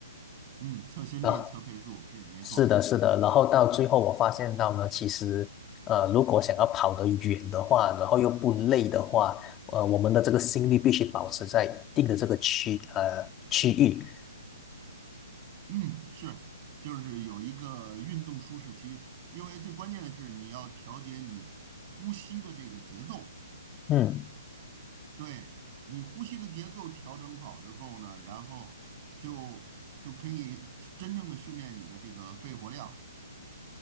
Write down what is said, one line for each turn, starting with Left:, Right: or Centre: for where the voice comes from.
Right: 嗯，测心率、
Left: 啊。
Right: 测配速是没错。
Left: 是的，是的，然后到最后我发现到呢，其实，呃，如果想要跑得远的话，然后又不累的话，呃，我们的这个心率必须保持在一定的这个区呃区域。
Right: 嗯，是，就是有一个运动舒适区，因为最关键的是你要调节你呼吸的这个节奏，
Left: 嗯，
Right: 对，你呼吸的节奏调整好之后呢，然后就就可以真正的训练你的这个肺活量，